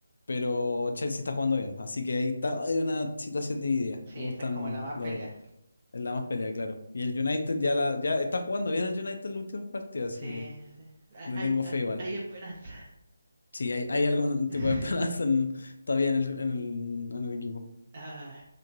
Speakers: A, on the left; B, on the right.
A: pero Chelsea está jugando bien. Así que ahí está, hay una situación dividida.
B: sí,
A: Me gustan
B: esa es como la más pelea.
A: los dos. Es la más pelea, claro. Y el United ya la, ya está jugando bien el United en los últimos partidos,
B: Sí,
A: así que
B: hay,
A: le
B: hay,
A: tengo
B: hay-
A: fe igual.
B: hay esperanza.
A: Sí, hay, hay algún <laughs> tipo
B: <laughs>
A: de esperanza en- todavía en el, en el, en el equipo.
B: Ah,